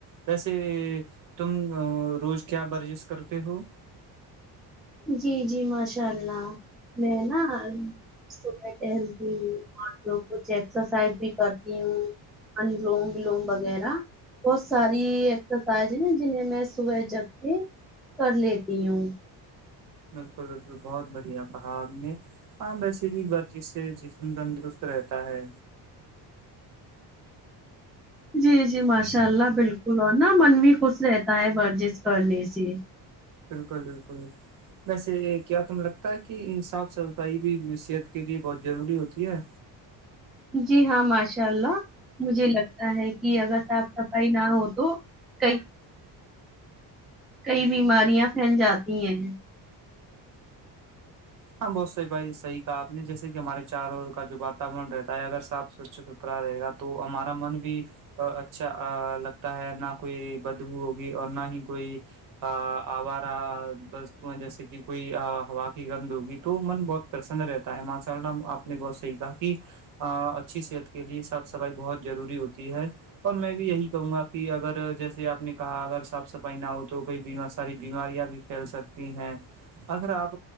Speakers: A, on the right; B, in the centre.
A: ویسے تم روز کیا ورزش کرتے ہو
B: جی جی ماشاء اللہ میں نا صبح ٹہلتی ہوں اور لگ کچھ ایکسرسائز بھی کرتی ہوں انلوم ولوم وغیرہ بہت ساری ایکسرسائز ہیں جنہیں میں صبح جگ کے کر لیتی ہوں
A: بالکل بالکل بہت بڑھیا کہا آپ نے ہاں ویسے بھی ور جش سے جسم تندرست رہتا ہے
B: جی جی ماشاء اللہ بالکل اور نا من بھی خوش رہتا ہے ورزش کرنے سے
A: بالکل بالکل ویسے کیا تمہیں لگتا ہے کہ صاف صفائی بھی صحت کے لیے بہت ضروری ہوتی ہے
B: جی ہاں ماشاء اللہ مجھے لگتا ہے کہ اگر تپ صفائی نہ ہو تو کئی کئی بیماریاں پھیل جاتی ہیں
A: ہاں بہت صحی بھائی صح کہ آپ نے جیسے کہ ہمارے چاروں کا جو واتاورن رہتا ہے اگر صاف ستھرا رہے گا تو ہمارا من بھی اچھا لگتا ہے نہ کوئی بدبو ہوگی اور نہ ہی کوئی آبارہ وستویں جیسے کہ کوئی ہوا کی گند تو من بہت پرسن رہتا ہے ماشاء اللہ آپ نے بہت صحیح کہا کہ اچھی صحت کے لیے صاف صفائی بہت ضروری ہوتی ہے اور میں بھی یہی کہوں گا کہ اگر جیسے آپ نے کہا اگر صاف صفائی نہ ہو تو کوئی ساری بیماریاں بھی کھیل سکتی ہیں اگر آپ